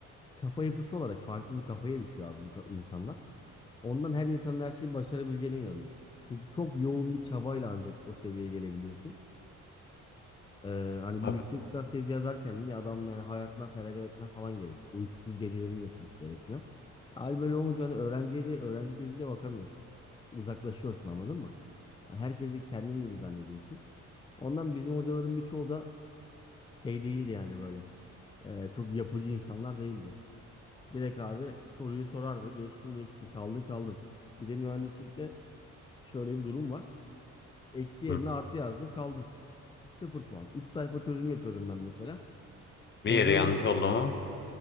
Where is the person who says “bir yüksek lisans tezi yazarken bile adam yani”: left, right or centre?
Left